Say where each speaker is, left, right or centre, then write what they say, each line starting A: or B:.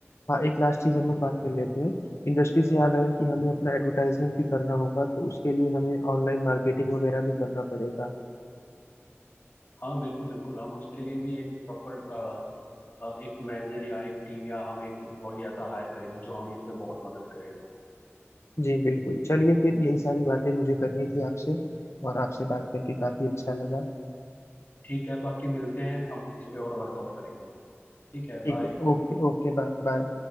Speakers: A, on the left; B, on the left.
A: हाँ एक लास्ट चीज हम लोग बात कर लेते हैं इंडस्ट्री से याद आया कि हमें अपना एडवर्टाइजमेंट भी करना होगा तो उसके लिए हमें ऑनलाइन मार्केटिंग वगैरह भी करना पड़ेगा
B: हाँ बिल्कुल बिल्कुल हम उसके लिए भी एक प्रॉपर एक मैनेजर या एक टीम या हम एक एम्प्लॉय ऐसा हायर करेंगे जो हमें इसमें बहुत मदद करेगा
A: जी बिल्कुल चलिए फिर यही सारी बातें मुझे करनी थी आपसे और आपसे बात करके काफी अच्छा लगा
B: ठीक है बाकी मिलते हैं हम इस पे और वर्कआउट करेंगे ठीक है
A: ठीक
B: बाय
A: है ओके ओके बाय बाय